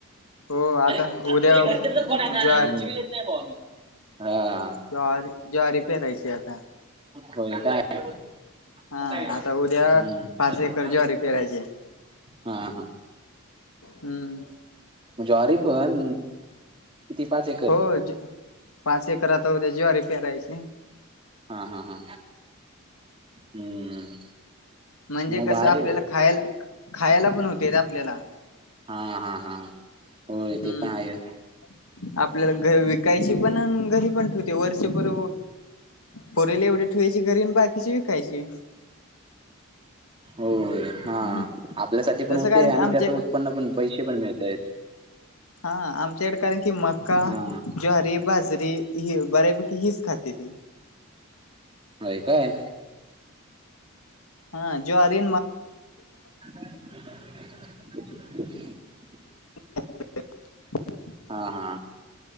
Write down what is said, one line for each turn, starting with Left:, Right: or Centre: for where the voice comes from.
Left: हो
Right: अरे आता
Left: उद्या
Right: ते घरचेच फोन आहे ना
Left: ज्वारी
Right: शिवी देत नाही ना भावा.
Left: ज्वारी ज्वारी पेरायची आता
Right: होय काय.
Left: हा आता उद्या
Right: <inaudible>
Left: पाच <inaudible>
Right: हा, हा,
Left: हम्म
Right: ज्वारी पण ती पाच एकर.
Left: हो पाच एकरात <unintelligible> ज्वारी पेरायची.
Right: हा, हा, हा, हम्म.
Left: म्हणजे
Right: मग
Left: कसं
Right: भारी
Left: आपल्याला खायला खायला पण होते ना आपल्याला.
Right: हा, हा, हा, होय
Left: हम्म
Right: ते पण आहेच.
Left: आपल्याला घरी विकायची पण घरी पण ठेवते वर्ष भर पुरेल एवढी ठेवायची घरी बाकीची विकायची.
Right: होय, हा
Left: हम्म
Right: आपल्यासाठी पण
Left: तसं
Right: होते
Left: कारण की
Right: आणि
Left: आमचे
Right: त्याच उत्पन्न पण पैसे पण मिळत आहेत.
Left: हा, आमच्याकडे कारण की मक्का
Right: हा
Left: ज्वारी, बाजरी हि बऱ्यापैकी हिच खात्यात.
Right: होय काय.
Left: हा ज्वारी
Right: <inaudible>
Left: <inaudible>
Right: हा हा.